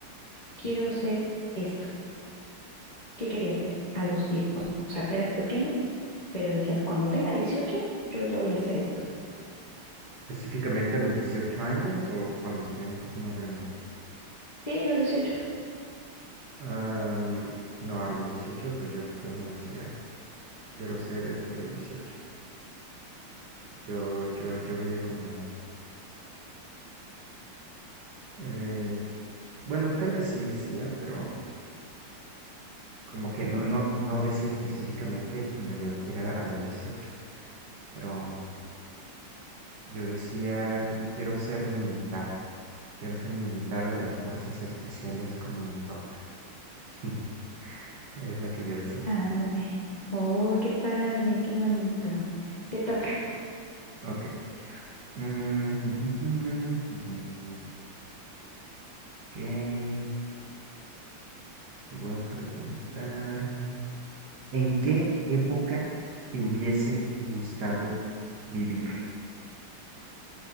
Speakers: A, on the left; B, on the right.
A: quiero ser esto. ¿Qué querías ser? A los, die- o sea, eras pequeño, pero decías, cuando tenga 18 yo ya voy a hacer esto.
B: Específicamente a los 18 años o cuando esté un poco más grande.
A: Sí, los dieciocho.
B: Am, no, a los 18, pues yo, yo no decía, quiero ser esto a los 18. Yo, yo, yo veía como, eh, bueno, tal vez sí decía, pero como que no, no, no decía específicamente cuando yo quiera a los 18. Pero Yo decía, yo quiero ser militar, quiero ser militar de las fuerzas especiales como en mi papá. <laughs> Es lo que yo decía.
A: Ándale. Oh, qué padre, qué bonito. Te toca,
B: Ok. Mm, <laughs> Ok, te voy a preguntar, mm, ¿en qué época te hubiese gustado vivir?